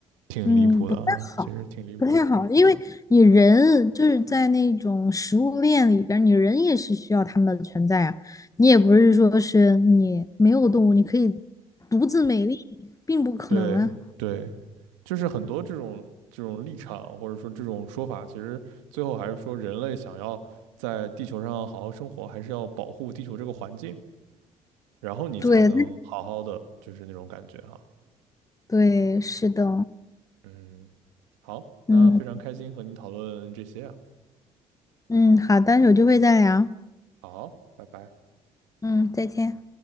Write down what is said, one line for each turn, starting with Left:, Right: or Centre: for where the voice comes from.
Right: 挺离谱的哈、
Left: 嗯，不太好，
Right: 其实挺离谱的。
Left: 不太好，因为你人就是在那种食物链里边儿你人也是需要它们的存在啊，你也不是说是你没有动物，你可以独自美丽，并不可能啊。
Right: 对对，就是很多这种这种立场或者说这种说法，其实最后还是说人类想要在地球上好好生活，还是要保护地球这个环境，然后你才能好好的，
Left: 对，
Right: 就是那种感觉哈、
Left: 对，是的，
Right: 嗯，好，那非常开心和你讨论这些啊，
Left: 嗯嗯，好的，有机会再聊，
Right: 好，拜拜。
Left: 嗯，再见。